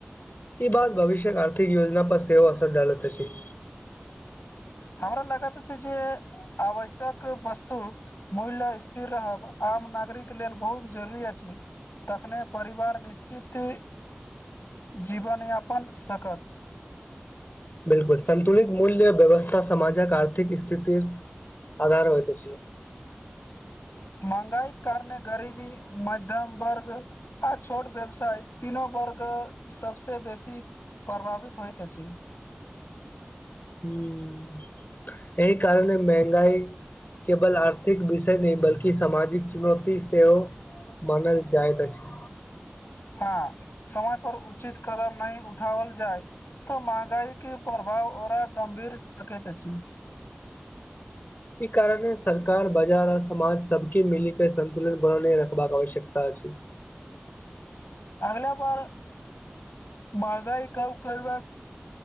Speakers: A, on the left (about 45°); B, on the left (about 70°).
A: ई बात भविष्य आर्थिक योजना पर सेहो असर डालैत अछि
B: हमरा लगत छै जे आवश्यक वस्तु मूल्य स्थिर रहब आम नागरिक लेल बहुत जरूरी अछि तखने परिवार निश्चित जीवन यापन सकत
A: बिलकुल सन्तुलित मूल्य व्यवस्था समाजक आर्थिक स्थिति आधार होइत अछि
B: महंगाई कारने गरीबी मध्यम वर्ग आ छोट व्यवसाय तीनो वर्ग सबस बेसी प्रभावित होइत अछि
A: हूं एहि कारण महंगाई केवल आर्थिक विषय नहि बल्कि सामाजिक चुनौती सेहो मानल जाइत अछि
B: हँ समय पर उचित कदम नहि उठाओल जाय तऽ महगाई के प्रभाव औरा गंभीर सकत अछि
A: ई कारणे सरकार बाजार आ समाज सबके मिल के सन्तुलन बनने रखबाक आवश्यकता अछि
B: अगला बार महगाई कव करबा